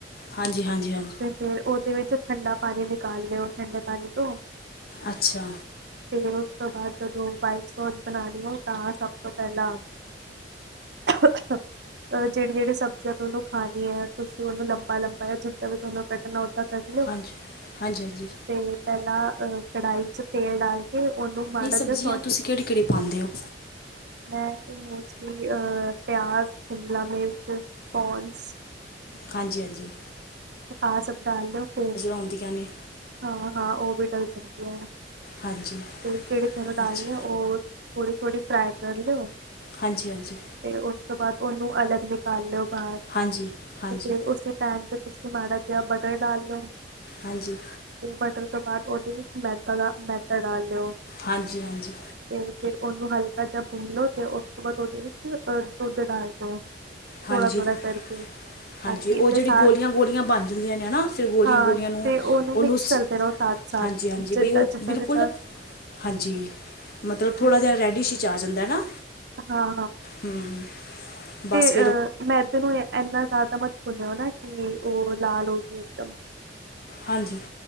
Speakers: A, on the left; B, on the right.
A: ਹਾਂਜੀ-ਹਾਂਜੀ-ਹਾਂਜੀ
B: ਤੇ ਫੇਰ ਉਹਦੇ ਵਿੱਚ ਠੰਡਾ ਪਾਣੀ ਨਿਕਾਲ ਲਓ ਠੰਡੇ ਪਾਣੀ ਤੋਂ
A: ਅੱਛਾ।
B: ਤੇ ਉਸ ਤੋਂ ਬਾਅਦ ਜਦੋਂ ਵਾਈਟ ਸੋਸ ਬਣਾ ਲਈ ਹੈ ਤਾਂ ਸਭ ਤੋਂ ਪਹਿਲਾਂ <unintelligible> ਅ ਜਿਹੜੀ ਜਿਹੜੀ ਸਬਜ਼ੀਆਂ ਤੁ ਉਹਨੂੰ ਖਾਣੀ ਆ ਤੁਸੀਂ ਉਹਨੂੰ ਲੰਬਾ ਲੰਬਾ ਜਾਂ ਜ ਵੀ ਤੁਹਾਨੂੰ ਕੱਟ ਓਦਾਂ <unintelligible>
A: ਹਾਂਜੀ-ਹਾਂਜੀ-ਹਾਂਜੀ
B: ਤੇ ਪਹਿਲਾਂ ਕੜਾਹੀ ਚ ਤੇਲ ਡਾਲ ਤੇ ਉਹਨੂੰ ਮਾੜਾ
A: ਨਹੀਂ ਸਬਜ਼ੀਆਂ
B: ਜਿ ਸੌ
A: ਤੁਸੀਂ ਕਿਹੜੀ ਕਿਹੜੀ ਪਾਉਂਦੇ ਹੋ
B: ਮੈਂ ਤੇ ਮੋਸਟਲੀ ਅਹ ਪਿਆਜ ਸ਼ਿਮਲਾ ਮਿਰਚ ਕੋਨਸ
A: ਹਾਂਜੀ-ਹਾਂਜੀ
B: ਕਾਾਸ ਅਬਦਾਾਲ ਫਨ <unintelligible>
A: ਹੁੰਦੀਆਂ ਨੇ
B: ਹਾਂ-ਹਾਂ ਉਹ ਵੀ ਡਲ ਸਕਦੀ ਹੈ ਤੇ
A: ਹਾਂਜੀ
B: ਜਿਹੜੇ ਤੁਹਾਨੂੰ ਡਾਲਦੇ
A: ਅੱਛਾ
B: ਆ ਉਹ ਥੋੜ੍ਹੀ-ਥੋੜ੍ਹੀ ਫਰਾਾਈ ਕਰ ਲਿਓ
A: ਹਾਂਜੀ-ਹਾਂਜੀ।
B: ਤੇ ਉਸ ਤੋਂ ਬਾਅਦ ਉਹਨੂੰ ਅਲੱਗ ਨਿਕਾਲ ਲੋ ਬਾਰ, ਤੇ
A: ਹਾਂਜੀ ਹਾਂਜੀ ਹਾਂਜੀ
B: ਫਿਰ ਉਸੀ ਪੈਣ ਤੁਸੀਂ ਮਾਰਾ ਜੇਆ ਬਟਰ ਡਾਲ ਲੋੋ।
A: ਹਾਂਜੀ।
B: ਤੇ ਬਟਰ ਤੋਂ ਬਾਅਦ, ਉਹਦੇ ਵਿੱਚ ਮੈਦਾ ਦਾ, ਮੈਦਾ ਡਾਲ ਲਓ।
A: ਹਾਂਜੀ-ਹਾਂਜੀ।
B: ਤੇ ਫਿਰ ਉਹਨੂੰ ਹਲਕਾ ਜਿਹਾ ਭੁੰਨ ਲੋ ਤੇ, ਉਸ ਤੋਂ ਬਾਅਦ ਉਹਦੇ ਵਿੱਚ ਅਹ ਦੁੱਧ ਡਾਲ ਦਿਓ। ਥੋੜਾ
A: ਹਾਂਜੀ-ਹਾਂਜੀ।
B: ਥੋੜਾ ਕਰਕੇ ਤਾਂ ਕਿ
A: ਉਹ
B: ਤੇ
A: ਜਿਹੜੀ
B: ਸਾ
A: ਗੋਲੀਆਂ-ਗੋਲੀਆਂ ਬਣ ਜਾਂਦੀਆਂ ਨੇ ਹੈ ਨਾ। ਫਿਰ ਗੋਲੀਆਂ-ਗੋਲੀਆਂ
B: ਹਾਂ
A: ਨੂੰ,
B: ਤੇ ਉਹਨੂੰ
A: ਉਅਨੂੰ
B: ਮਿਕਸ
A: ਸ
B: ਕਰਦੇ ਰਹੋ ਸਾਥ ਸਾਥ
A: ਹਾਂਜੀ-ਹਾਂਜੀ,
B: ਜਿੱਦਾਂ
A: ਬਈ ਉਹ
B: ਜਿੱਦਾਂ
A: ਬਿਲਕੁਲ
B: ਜਿੱਦਾਂ
A: ਹਾਂਜੀ, ਮਤਲਬ ਥੋੜ੍ਹਾ
B: ਜਿ
A: ਜੇਆ ਰੈਡੀਸ਼ ਚ ਆ ਜਾਂਦਾ ਨਾ,
B: ਹਾਂ
A: ਹੂੰ ਬੱਸ।
B: ਅਹ, ਮੈਦੇ ਨੂੰ ਏਨਾਂ ਜ਼ਆਦਾ ਮਤ ਭੁੰਨਿਔ ਨਾ, ਕਿ ਉਹ ਲਾਲ ਹੋ ਜਵੇ ਇੱਕਦਮ।
A: ਹਾਂਜੀ।